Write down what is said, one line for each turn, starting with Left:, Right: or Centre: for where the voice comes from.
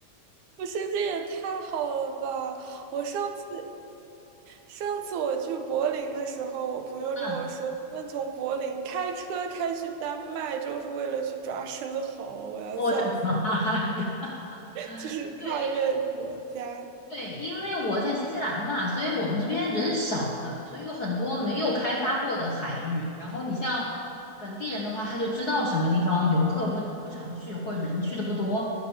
Right: 不是，这也太好了吧！我上次上次我去柏林的时候，我朋友跟我说，
Left: 嗯，
Right: 他们从柏林开车开去丹麦，就是为了去抓生蚝，我要笑死。
Left: 我的妈呀！
Right: 就是跨越国家，
Left: <laughs> 对，因为我在新西兰嘛，所以我们这边人少嘛，所以有很多没有开发过的海域。然后你像本地人的话，他就知道什么地方游客不不常去，或者人去的不多。